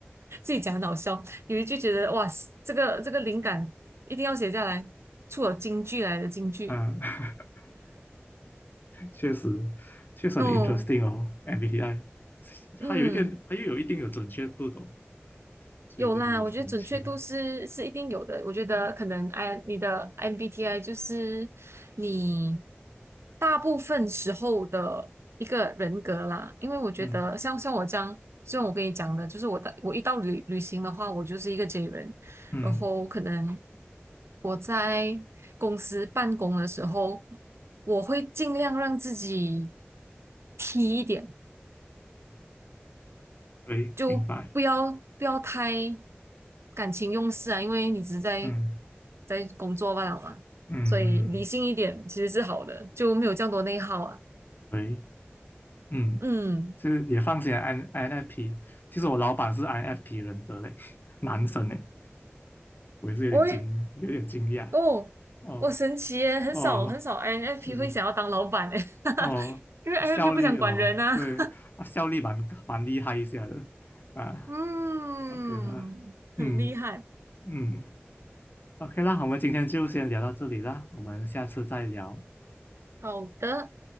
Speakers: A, on the right; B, on the left.
A: 自己讲很好笑，有一句觉得哇，这个这个灵感一定要写下来，出了京剧来的金句，
B: 嗯，<laughs> 确实确实很
A: 哦，
B: interesting 哦，MBTI，它有一点，
A: 嗯。
B: 它又有一定的准确度的哦，所以我觉得很神奇。
A: 有啦，我觉得准确度是是一定有的。我觉得可能 I 你的 MBTI 就是你大部分时候的一个人格啦，因为我觉得像像我这样，
B: 嗯
A: 就像我跟你讲的，就是我的我一到旅旅行的话，我就是一个 J 人，
B: 嗯
A: 然后可能我在公司办公的时候，我会尽量让自己 T 一点。
B: 嗯，对，
A: 就不要不要太
B: 明白。
A: 感情用事啊，因为你只是在
B: 嗯
A: 在工作罢了嘛，
B: 嗯嗯，
A: 所以理性一点其实是好的，就没有这样多内耗啊。
B: 对，嗯，
A: 嗯，
B: 就是也放心，INFP。其实我老板是 INFP 人格嘞，<laughs> 男生嘞，我也是有点惊，
A: 喂，
B: 有点惊讶。
A: 哦，
B: 哦
A: 我神奇耶，很少很少
B: 哦，
A: I n f
B: 确实，
A: p 会想要当老板诶，<laughs>
B: 哦，
A: 因为
B: 啊效率哦，
A: I n f p 不想管人啊。
B: 对，
A: <laughs>
B: 啊效率蛮蛮厉害一下的啊
A: 嗯，
B: ，OK 啦，
A: 很厉害。
B: 嗯嗯，OK 啦，我们今天就先聊到这里啦，我们下次再聊
A: 好的，